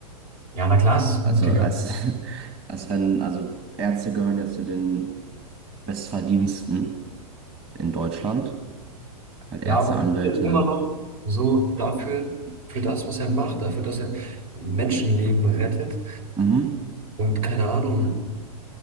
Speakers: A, on the right (about 65°); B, on the right (about 30°).
A: Ja, na klar, es ist gut,
B: Also
A: Digga.
B: als, <laughs> als wenn, also Ärzte gehören ja zu den Bestverdiensten in Deutschland. Halt
A: Ja,
B: Ärzte,
A: aber
B: Anwälte.
A: ich finde immer noch so dafür, für das, was er macht, dafür, dass er Menschenleben rettet
B: Mhm.
A: und keine Ahnung.